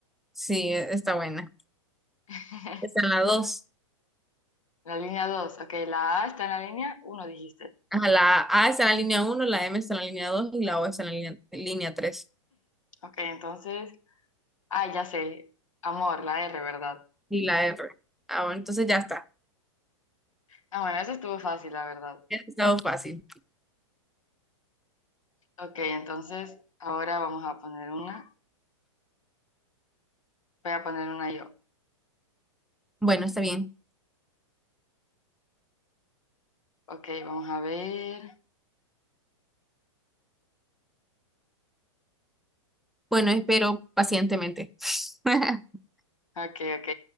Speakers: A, in the centre; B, on the left.
A: Sí, e- está buena.
B: <laughs>
A: Está en la dos
B: La línea 2 ok, la A está en la línea uno dijiste.
A: Ajá, la A está en la línea uno la M está en la línea 2 y la O está en la línea, línea tres
B: Ok, entonces Ah, ya sé. Amor, la R, ¿verdad?
A: Y la R. Ah, bueno, entonces ya está.
B: Ah, bueno, eso estuvo fácil, la verdad.
A: Ya Ha estado fácil.
B: Ok, entonces ahora vamos a poner una. Voy a poner una yo.
A: Bueno, está bien.
B: Ok, vamos a ver.
A: Bueno, espero pacientemente. <laughs>
B: Ok, ok.